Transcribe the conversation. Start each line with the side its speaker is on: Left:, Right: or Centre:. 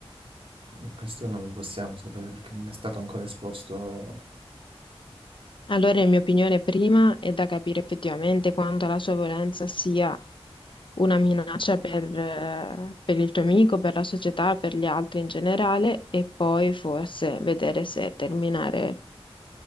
Right: questo non lo possiamo sapere perché non è stato ancora esposto.
Left: Allora, in mia opinione, prima è da capire effettivamente quanto la sua violenza sia una minaccia per, eh, per il tuo amico, per la società, per gli altri in generale, e poi forse vedere se terminare